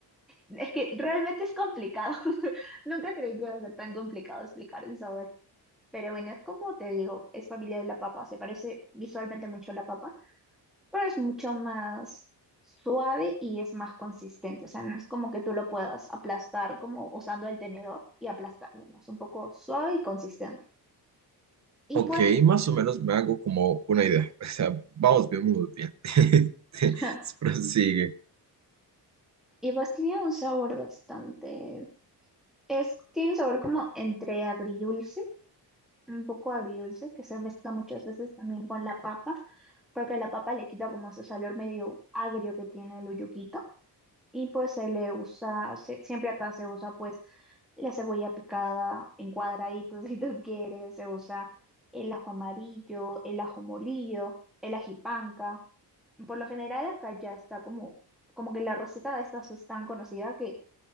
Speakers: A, in the centre; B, on the right.
A: es que realmente es complicado. <laughs> Nunca creí que iba a ser tan complicado explicar el sabor. Pero bueno, es como te digo, es familia de la papa, se parece visualmente mucho a la papa, pero es mucho más suave y es más consistente, o sea, no es como que tú lo puedas aplastar como usando el tenedor y aplastarlo, ¿no? Es un poco suave y consistente. Y
B: Ok,
A: pues,
B: más o menos me hago como una idea. O sea, vamos bien, vamos bien. <laughs>
A: <laughs>
B: Prosigue.
A: y pues tenía un sabor bastante, es, tiene un sabor como entre agridulce, un poco agridulce, que se mezcla muchas veces también con la papa, porque la papa le quita como ese sabor medio agrio que tiene el uyuquito. Y pues se le usa, se- siempre acá se usa pues la cebolla picada en cuadraditos <laughs> si tú quieres, se usa el ajo amarillo, el ajo molillo, el ajipanca. Por lo general acá ya está como, como que la receta de estas es tan conocida que